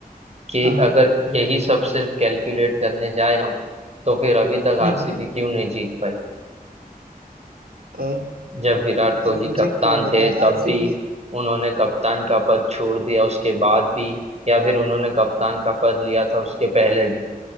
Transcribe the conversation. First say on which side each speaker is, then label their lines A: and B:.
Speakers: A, on the right (about 45°); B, on the right (about 75°).
A: कि
B: हाँ हाँ
A: अगर यही सब सिर्फ कैलकुलेट करने जाए हम तो फिर अभी तक
B: हम्म
A: आरसीबी
B: हम्म,
A: क्यों नहीं जीत पाई
B: अ,
A: जब विराट कोहली
B: अब मुझे
A: कप्तान
B: क्या बता
A: थे तब
B: आरसीबी
A: भी उन्होंने कप्तान का पद छोड़ दिया उसके बाद भी या फिर उन्होंने कप्तान का पद लिया था उसके पहले भी